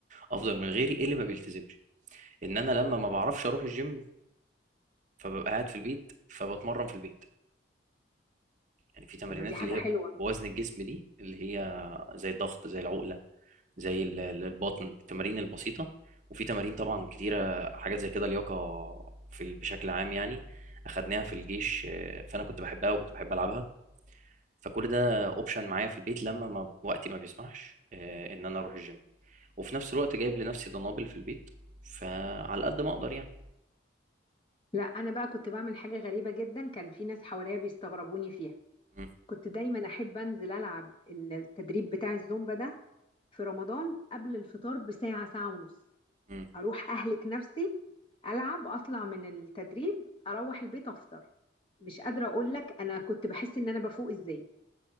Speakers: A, on the right; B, on the left.
A: افضل من غيري اللي ما بيلتزمش ان انا لما ما بعرفش اروح الجيم فببقى قاعد في البيت فبتمرن في البيت يعني في تمارينات
B: طب ما دي حاجه
A: اللي
B: حلوه
A: هي بوزن الجسم دي اللي هي زي الضغط زي العقله زي ال- ال- البطن التمارين البسيطة وفي تمارين طبعا كتيرة حاجات زي كده لياقة في ال- بشكل عام يعني أخدناها في الجيش آه، فأنا كنت بحبها وكنت بحب ألعبها فكل ده أوبشن معايا في البيت لما ما وقتي ما بيسمحش آه، إن أنا أروح الجيم وفي نفس الوقت جايب لنفسي دنابل في البيت فعلى قد ما أقدر يعني
B: لا انا بقى كنت بعمل حاجه غريبه جدا كان في ناس حواليا بيستغربوني فيها
A: م-
B: كنت دايما احب انزل العب التدريب بتاع الزومبا ده في رمضان قبل الفطار بساعه ساعه ونص
A: م.
B: اروح اهلك نفسي العب اطلع من التدريب اروح البيت افطر مش قادره اقول لك انا كنت بحس ان انا بفوق ازاي